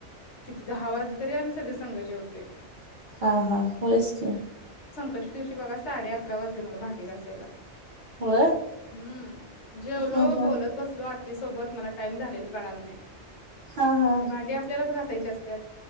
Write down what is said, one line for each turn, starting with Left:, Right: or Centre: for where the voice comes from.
Left: किती दहा वाजले तरी आम्ही सगळे संघ जेवतोय.
Right: हा हा होयच की.
Left: कशी दिवशी बघा साडे अकरा वाजले मला भांडी घासायला
Right: होय
Left: हम्म जेवलो
Right: हा हा
Left: बोलत बसलो आ ती सोबत मला टाइम झालेला कळाला नाही.
Right: हा हा
Left: भांडी आपल्यालाच घासा तेच असत्यात.